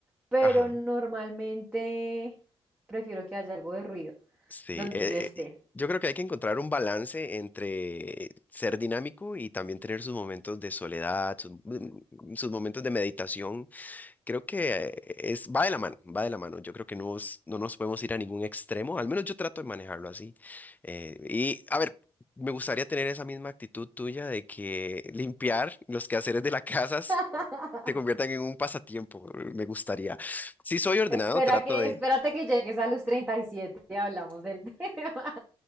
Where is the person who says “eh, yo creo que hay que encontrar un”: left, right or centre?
Left